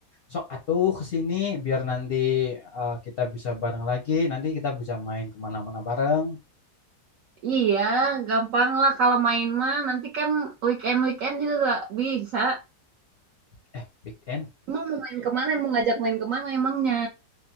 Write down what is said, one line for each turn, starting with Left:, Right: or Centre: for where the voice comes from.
Left: Sok atuh ke sini biar nanti eh, kita bisa bareng lagi. Nanti kita bisa main kemana-mana bareng.
Right: Iya, gampang lah kalau main mah. Nanti kan weekend-weekend juga gak bisa.
Left: Eh, Big weekend.
Right: Emang mau main kemana? Mau ngajak main kemana emangnya?